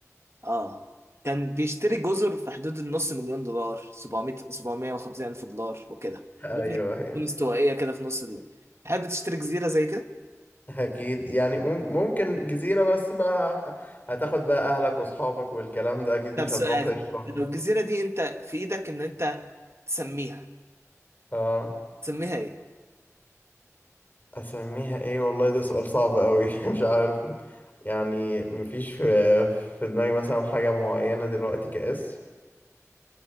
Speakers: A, on the right; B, on the left.
A: اه كان بيشتري جزر في حدود النص مليون دولار 700 750 الف دولار وكده
B: ايوه
A: جزر
B: ايوه
A: تكون استوائيه كده في نص ال... تحب تشتري جزيره زي كده
B: اكيد يعني مم- ممكن جزيرة بس بقى هتاخد بقى اهلك واصحابك والكلام ده اكيد
A: طب
B: مش
A: سؤال
B: هتروح تعيش لوحدك
A: لو الجزيره دي انت في ايدك ان انت تسميها
B: اه
A: تسميها ايه
B: اسميها ايه والله ده سؤال صعب قوي <laughs> مش عارف يعني مفيش في في دماغي مثلا حاجة معينة دلوقتي كاسم